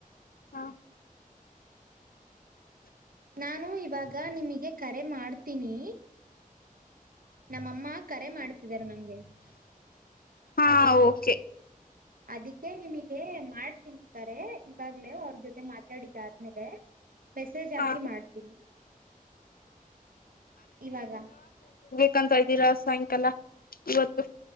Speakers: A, on the left; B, on the right.
A: ಹಾ
B: ನಾನು ಇವಾಗ ನಿಮಗೆ ಕರೆ ಮಾಡ್ತೀನಿ ನಮ್ಮಮ್ಮ ಕರೆ ಮಾಡ್ತಿದ್ದಾರೆ ನಂಗೆ
A: ಹಾ
B: ಹಲೋ
A: ಓಕೆ
B: ಅದಕ್ಕೆ ನಿಮಗೆ ಮಾಡ್ತಿರ್ತಾರೆ ಅವ್ರ ಜೊತೆ ಮಾತಾಡಿದ್ದ ಆದ್ಮೇಲೆ ಮೆಸೇಜ್ ಹಾಕಿ
A: ಹಾ
B: ಮಾಡ್ತೀನಿ ಇವಾಗ
A: ಕಕಂತ ಇದ್ದೀರಾ ಸಾಯಂಕಾಲ ಇವತ್ತು